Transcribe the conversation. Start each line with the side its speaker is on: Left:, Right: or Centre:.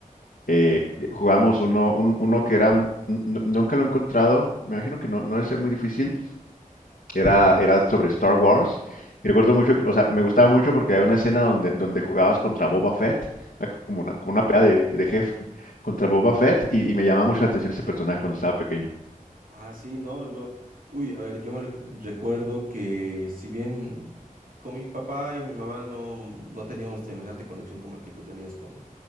Left: eh,
Right: Ah,
Left: jugamos
Right: ya.
Left: uno, un- uno que era, n- n- nunca lo he encontrado, me imagino que no, no debe ser muy difícil, era, era sobre Star Wars. Y recuerdo mucho que, o sea, me gustaba mucho porque había una escena donde, donde jugabas contra Boba Fett, era como una, como una pelea de, de jefe contra Boba Fett, y, y me llamaba mucho la atención ese personaje cuando estaba pequeño.
Right: Ah, sí, no, yo, uy, a ver, yo me recu- recuerdo que si bien con mi papá y mi mamá no, no teníamos semejante conexión como la que tú tenías con